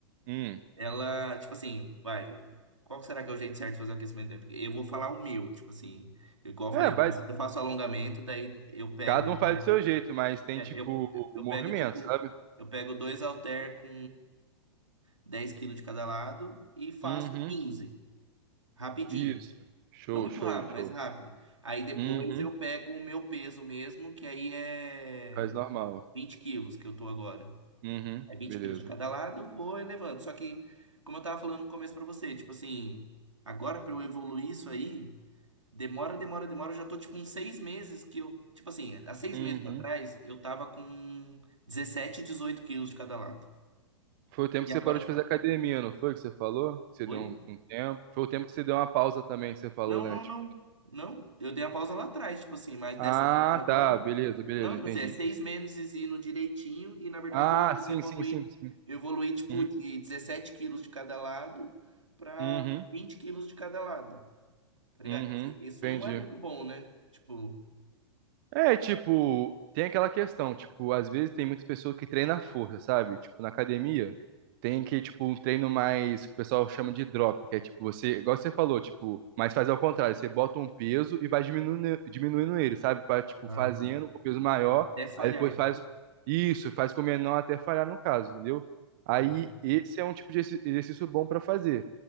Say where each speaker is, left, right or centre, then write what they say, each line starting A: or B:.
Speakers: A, on the right (about 45°); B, on the right (about 90°).
A: Hum.
B: ela, tipo assim, vai. Qual será que é o jeito certo de fazer o aquecimento? Porque eu vou falar o meu, tipo assim, igual
A: É,
B: eu falei,
A: vai
B: eu faço alongamento, daí eu pego.
A: Cada um faz do seu jeito, mas tem
B: é,
A: tipo
B: eu,
A: o
B: eu
A: o movimento,
B: pego, tipo,
A: sabe?
B: eu pego dois halter com 10 quilos de cada lado e faço
A: Uhum.
B: quinze, rapidinho.
A: Isso. Show,
B: Não muito
A: show,
B: rápido,
A: show.
B: mas rápido. Aí depois
A: Uhum.
B: eu pego o meu peso mesmo, que aí é
A: Faz normal.
B: 20 quilos que eu tô agora.
A: Uhum.
B: Aí 20
A: Beleza.
B: quilos de cada lado, vou elevando. Só que, como eu tava falando no começo pra você, tipo assim, agora pra eu evoluir isso aí, demora, demora, demora. Eu já tô tipo uns seis meses que eu. Tipo assim, há seis
A: Uhum.
B: meses atrás eu tava com 17, 18 quilos de cada lado.
A: Foi o tempo que
B: E
A: você
B: agora.
A: parou de fazer academia, não foi que você falou? Que Você
B: Oi?
A: deu um, um tempo. Foi o tempo que você deu uma pausa também, que você falou,
B: Não,
A: né?
B: não,
A: Tipo,
B: não. Não, eu dei a pausa lá atrás, tipo assim, mas
A: ah,
B: dessa vez agora.
A: tá, beleza, beleza,
B: Não, tipo
A: entendi.
B: assim, é seis
A: entendi.
B: meses indo direitinho e na verdade
A: Ah,
B: eu
A: sim,
B: evoluí,
A: sim, sim, sim.
B: eu evoluí tipo
A: Uhum,
B: de 17 quilos de cada lado pra
A: uhum,
B: 20 quilos de cada lado, tá ligado?
A: uhum,
B: Tipo assim, isso
A: entendi.
B: não é muito bom, né? Tipo,
A: É, tipo, tem aquela questão, tipo, às vezes tem muitas pessoas que treinam a força, sabe? Tipo, na academia, tem que, tipo, um treino mais, que o pessoal chama de drop, que é tipo, você, igual você falou, tipo, mas faz ao contrário, você bota um peso e vai diminuindo, diminuindo ele, sabe? Pra, tipo,
B: Ah,
A: fazendo
B: tá.
A: com peso maior,
B: até falhar.
A: aí depois faz isso, faz com o menor até falhar no caso, entendeu? Aí,
B: Uhum.
A: esse é um tipo de exercício exercício bom pra fazer.